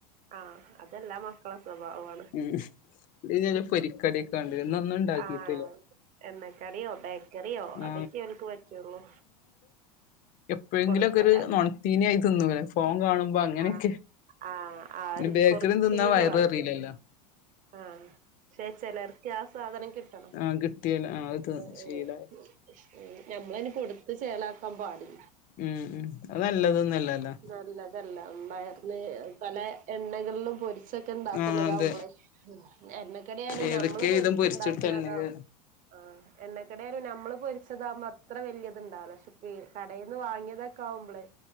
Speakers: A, on the right; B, on the left.
A: ആ അതെല്ലാം മക്കളെ സ്വഭാവാണ്
B: ഉം ഇന്നലെ പൊരിക്കടിയൊക്കെ കണ്ടിരുന്നു ഇന്നൊന്നും ഉണ്ടാക്കിയിട്ടില്ല
A: ആ എണ്ണക്കടിയോ ബേ ചെറിയോ
B: ആ
A: അതൊക്കെ ഓൽക്ക് പറ്റുള്ളൂ
B: എപ്പോഴെങ്കിലു
A: കൊടുക്കല്ല
B: ഒക്കെ ഒരു നൊണത്തീനി ആയി തിന്നുല്ലെ ഫോൺ കാണുമ്പോ അങ്ങനെയൊക്കെ
A: ആഹ് ആഹ് ആര്
B: പിന്നെ ബേക്കറിയും
A: കൊറച്ചേന്ന്
B: തിന്നാ വയറ്
A: പറയും
B: നിറയില്ലല്ലോ
A: ആഹ് പക്ഷേ ചിലർ ഇക്ക് ആ സാധനം കിട്ടണം
B: ആഹ് കിട്ടിയല്ല ആഹ് അത്
A: അ
B: ശീലായി
A: ഏ ഞമ്മളയിന് കൊട് ത് ചേലാക്കാൻ പാടില്ല
B: ഉം ഉം അത് നല്ലതൊന്നല്ലല്ലോ
A: നല്ലതല്ല വയർന് പലെ എണ്ണകൾളും പൊരിച്ചൊക്കെ ഇ ണ്ടാക്ക്ന്നതാവുമ്പളേ
B: ആഹ് അതെ
A: എണ്ണക്കടിയായാലും
B: ഏതൊക്കെ
A: ഞമ്മള് പൊരി
B: വിധം
A: ച്ച്
B: പൊരിച്ചിട്ടെണ്ണ
A: ണ്ടാക്ക്ണതോ ആ എണ്ണക്കടിയാലും ഞമ്മള് പൊരി ച്ചതാവുമ്പോ അത്ര വല്ല്യത്ണ്ടാവില്ല പക്ഷെഇപ്പെ കടെന്ന് വാങ്ങിയതൊക്കാവ്മ്പള്